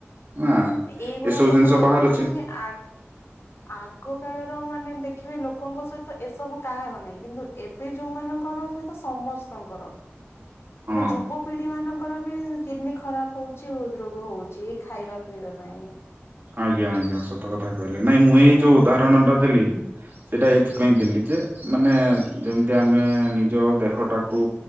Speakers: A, on the right; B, on the left.
A: ହଁ।
B: ଏଇଗୁଡା
A: ଏସବୁ
B: ସବୁ
A: ଜିନିଷ
B: ରୋଗକୁ
A: ବାହାରୁଛି
B: ମାନେ ଆ ଆଗ କାଳର ମାନେ ଦେଖିବେ ଲୋକ ଲୋକଙ୍କ ସହିତ ଏସବୁ କାହାର ନାହିଁ କିନ୍ତୁ ଏବେ ଯୋଉମାନଙ୍କର ସହିତ ସମସ୍ତଙ୍କର।
A: ହଁ।
B: ମାନେ ଯୁବପିଢି ମାନଙ୍କର ବି କିଡନୀ ଖରାପ ହଉଛି ହୃଦ ରୋଗ ହଉଛି ଖାଇବା ପିଇବା ପାଇଁ।
A: ଆଜ୍ଞା ଆଜ୍ଞା ସତ କଥା କହିଲେ ନାଇଁ
B: ହଁ
A: ମୁଁ ଏଇ ଯୋଉ ଉଦାହରଣ ଟା ଦେଲି ସେଇଟା ଏଇଥିପାଇଁ
B: ହୁଁ
A: ଦେଲି ଯେ ମାନେ ଯେମିତି ଆମେ ନିଜ ଦେହଟାକୁ